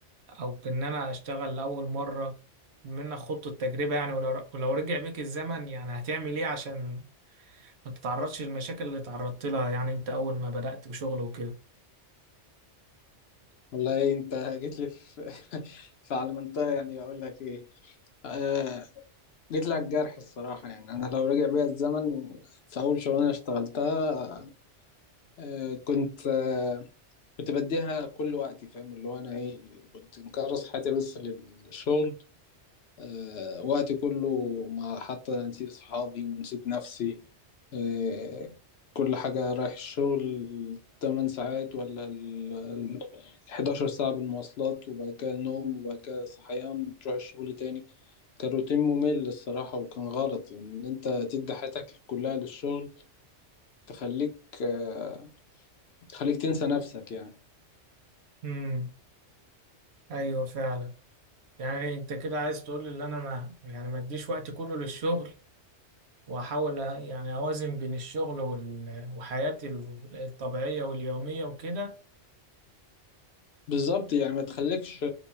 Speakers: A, on the right; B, on the left.
A: او ان انا اشتغل لاول مرة منك خضت التجربة يعني ولو ولو رجع بيك الزمن يعني هتعمل ايه عشان ما تتعرضش للمشاكل اللي تعرضت لها يعني انت اول ما بدأت وشغل وكده
B: والله انت جيت لي في <laughs> في على منطقه يعني اقول لك ايه آه جيت لي على الجرح الصراحه يعني انا لو رجع بيا الزمن في اول شغلانه اشتغلتها آه كنت آه كنت بديها كل وقتي فاهم اللي هو انا ايه كنت مكرس حياتي بس للشغل آه، وقتي كله ما حتى نسيت صحابي ونسيت نفسي آه، كل حاجة رايح الشغل 8 ساعات ولا ال ال- 11 ساعة بالمواصلات وبعد كده نوم وبعد كده صحيان تروح الشغل تاني كان روتين ممل الصراحة وكان غلط يعني إن أنت تدي حياتك كلها للشغل تخليك آه، تخليك تنسى نفسك يعني
A: امم ايوه فعلا يعني انت كده عايز تقول ان انا ما يعني ما اديش وقت كله للشغل واحاول يعني اوازن بين الشغل وال... وحياتي ال- الطبيعية واليومية وكده
B: بالظبط يعني ما تخليكش